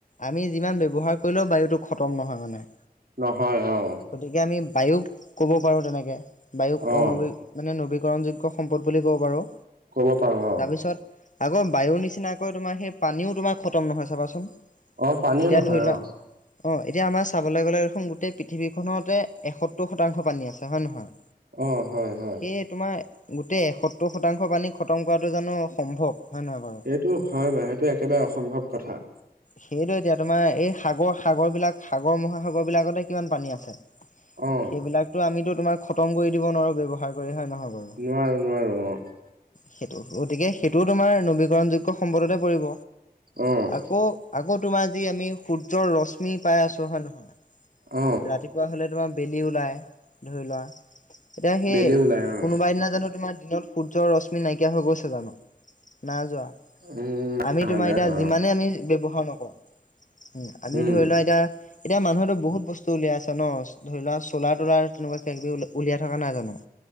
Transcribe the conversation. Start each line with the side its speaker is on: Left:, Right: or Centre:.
Left: আমি যিমান ব্যৱহাৰ কৰিলেও বায়ুতো, খতম নহয় মানে
Right: নহয় অ
Left: গতিকে আমি বায়ুক ক'ব পাৰোঁ তেনেকৈ বায়ুক
Right: অ',
Left: অনবী মানে নৱীকৰণযোগ্য সম্পদ বুলি ক'ব পাৰোঁ।
Right: কব পাৰো।
Left: তাৰপিছত আকৌ বায়ুৰ নিচিনাকৈ তোমাৰ সেই পানীও তোমাৰ খতম নহয় চাবাচোন-
Right: অ পানীও
Left: এতিয়া
Right: নহয়
Left: ধৰি লোৱা
Right: অ
Left: অ এতিয়া আমাৰ চাবলৈ গ'লে দেখোন গোটেই পৃথিৱীখনতে এসত্তৰ শতাংশ পানী আছে হয় নে নহয়।
Right: অহ হয় হয়
Left: সেয়ে তোমাৰ গোটেই সত্তৰ শতাংশ পানী খতম কৰাটো জানো সম্ভৱ হয় নহয় বাৰু
Right: সেইটো হয় বাৰু সেইটো একেবাৰে অসম্ভৱ কথা
Left: সেইটোৱে এতিয়া তোমাৰ এই সাগৰ সাগৰ বিলাক সাগৰ মহাসাগৰ বিলাকতে কিমান পানী আছে।
Right: অ',
Left: সেইবিলাকতো আমিতো তোমাক খতম কৰি দিব নোৱাৰো ব ব্যৱহাৰ কৰি হয় নে নহয়। বাৰু
Right: নোৱাৰো নোৱাৰো অহ
Left: সেইটো গতিকে সেইটোও তোমাৰ নবীকৰণ যোগ্য সম্পদতে পৰিব
Right: অ',
Left: আকৌ আকৌ- তোমাৰ যি আমি সূৰ্যৰ, ৰশ্মি পাই আছো হয়ে নহয়।
Right: অ',
Left: ৰাতিপুৱা হলে তোমাৰ বেলি ওলাই ধৰি লোৱা এতিয়া সেই
Right: বেলি ওলাই অ'।
Left: কোনোবা দিনা জানো তোমাৰ- দিনত সূৰ্যৰ, ৰশ্মি নাইকিয়া হৈ গৈছে জানো না যোৱা।
Right: উম,
Left: আমি
Right: হোৱা
Left: তোমাৰ
Right: নাই
Left: এতিয়া
Right: হোৱা
Left: যিমানে
Right: অ',
Left: আমি ব্যৱহাৰ নকৰো। উম আমি
Right: উম,
Left: ধৰি লোৱা এতিয়া এতিয়া মানুহেতো বহুত বস্তু উলিয়াই আছে ন ধৰি লোৱা চ'লাৰ তলাৰ তেনেকুৱা কিবি উলিয়াই থকা নাই জানো